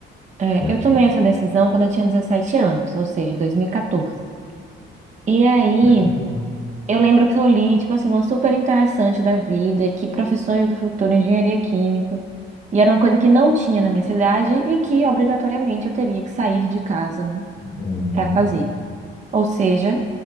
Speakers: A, on the right; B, on the left.
A: É,
B: né?
A: eu tomei essa decisão quando eu tinha 17 anos, ou seja, 2014. E aí,
B: Vai tá bom.
A: eu lembro que eu li, tipo assim, uma super interessante da vida, que profissões do futuro, engenharia química, e era uma coisa que não tinha na minha cidade e que obrigatoriamente eu teria que sair de casa, né,
B: Uhum,
A: para fazer. Ou seja,